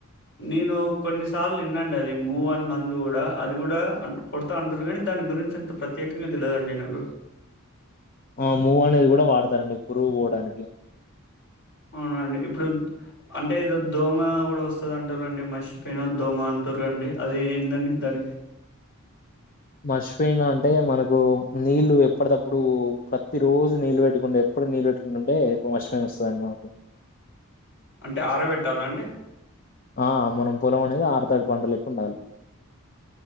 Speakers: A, on the left; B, on the left.
A: నేను కొన్నిసార్లు విన్నాండి అది మూ మందు కూడా అది కూడా కొడుతా అంటారు కానీ దాని గురించి అంత ప్రత్యేకంగా తెలియదుండి నాకు
B: ఆ మూవ్ అనేది కూడా వాడతారండి పూరువు పోవడానికి
A: అవునండి ఇప్పుడు అంటే ఏదో దోమ కూడా వస్తది అంటారుండి మర్చిపోయిన దోమ అంటారు అండి అది ఏందండి దానికి
B: మచిపోయినా అంటే మనకు నీళ్ళలు ఎప్పటికప్పుడు ప్రతి రోజు నీళ్ళు పెట్టుకుంటే ఎప్పుడు నీళ్ళు పెట్టుకుంటుంటే మచిపో వస్తుందిండి మనకి
A: అంటే ఆరే పెట్టాలన అండి
B: ఆ మనం పొలం అనేది ఆరుతడు పంట లేక్క ఉంటది